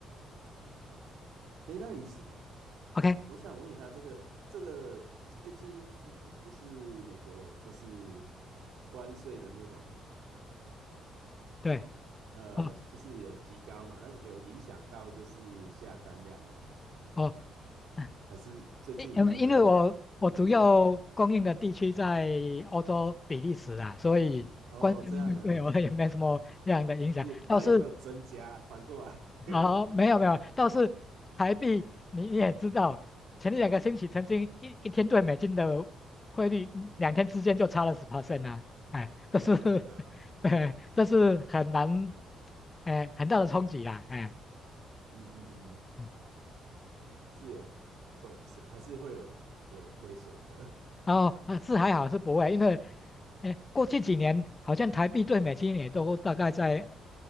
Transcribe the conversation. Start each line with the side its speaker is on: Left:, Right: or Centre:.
Right: 哎，那你是
Left: ，OK，
Right: 我想问一下，这个这个最近不是美国有就是关税的那种
Left: 对，
Right: 呃，
Left: 哦
Right: 就是有提高嘛？那有影响到就是下单量吗？
Left: 哦，嗯，
Right: 还是最近没有在
Left: 因因为我我主要供应的地区在欧洲比利时啊，
Right: 注意？
Left: 所以关税方面对我也没什么那样的影响，
Right: 哦，这样啊，也那有没有增加？
Left: 倒是
Right: 反过来 <laughs> 有没有增加呢？
Left: 好，没有没有，倒是台币你你也知道，
Right: <laughs>
Left: 前两个星期曾经一一天对美金的汇率，嗯两天之间就差了十 percent 啊，哎，这是，
Right: 啊，真的，
Left: <laughs> 哎，这是很难，哎，很大的冲击啦，哎，
Right: 嗯嗯嗯，
Left: 嗯，
Right: 是有亏，是还是会有有亏损的。
Left: 然后啊是还好是不会，因为哎过去几年好像台币对美金也都大概在